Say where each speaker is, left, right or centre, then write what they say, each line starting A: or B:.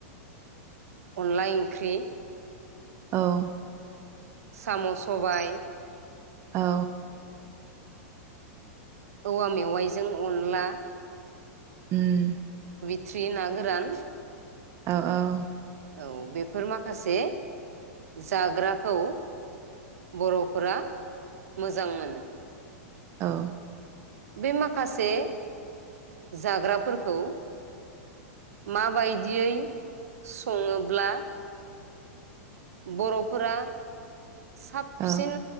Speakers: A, on the right (about 80°); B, on the right (about 35°).
A: अनला ओंख्रि
B: औ
A: साम' सबाय
B: औ
A: औवा मेवाइजों अनला
B: उम
A: थ्रि नागोरान
B: औ औ
A: औ बेफोर माखासे जाग्राखौ बर'फोरा मोजां मोनो
B: औ
A: बे माखासे जाग्राफोरखौ माबायदियै सङोब्ला बर'फोरा साबसिन
B: औ